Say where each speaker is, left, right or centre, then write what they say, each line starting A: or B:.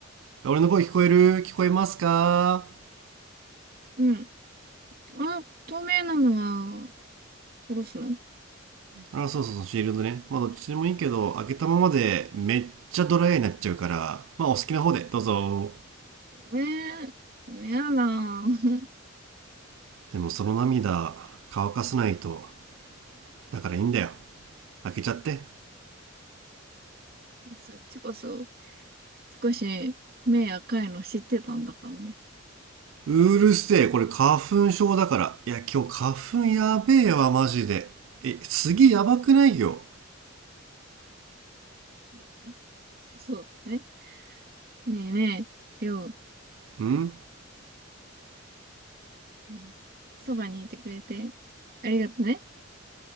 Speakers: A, on the right; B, on the right.
A: 俺の声聞こえる聞こえますか
B: うん。あ、透明なのは、おろすの
A: あ、そうそうそう、シールドね。まあ、どっちでもいいけど、開けたままでめっちゃドライになっちゃうから、まあ、お好きな方で、どうぞ。
B: えー、やだ。
A: でも、その涙、乾かさないと。だからいいんだよ。開けちゃって。
B: <laughs> そっちこそ、少し、目赤いの知ってたんだからね。
A: うるせえ、これ花粉症だから。いや、今日花粉やべえわ、マジで。え、次やばくないよ。
B: うんそうね。ねえねえ、りょう、
A: ん
B: うん、そばにいてくれて、ありがとね。